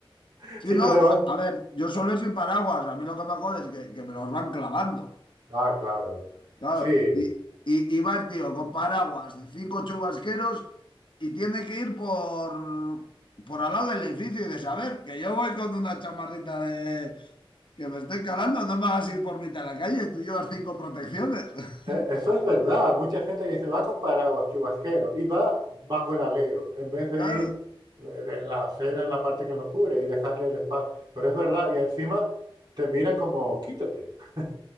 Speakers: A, on the right; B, on the left.
A: <laughs> sí
B: Si
A: lo
B: no,
A: levantan.
B: ya- a a ver, yo solo sin paraguas, a mí lo que me jode es que, que me los van clavando.
A: Ah, claro.
B: Claro,
A: Sí, e-
B: y, y, y va el tío con paraguas, cinco chubasqueros y tiene que ir por, por al lado del edificio y de saber que yo voy con una chamarrita de... que me estoy calando, no me hagas ir por mitad de la calle, tú llevas cinco protecciones. <laughs>
A: eso es verdad. Mucha gente que dice, va con paraguas, chubasquero, y va bajo el alero, en vez de
B: Claro.
A: ir eh, en la acera, en la parte que no cubre y dejarle el espacio. Pero es verdad, y encima te miran como, quítate. <laughs>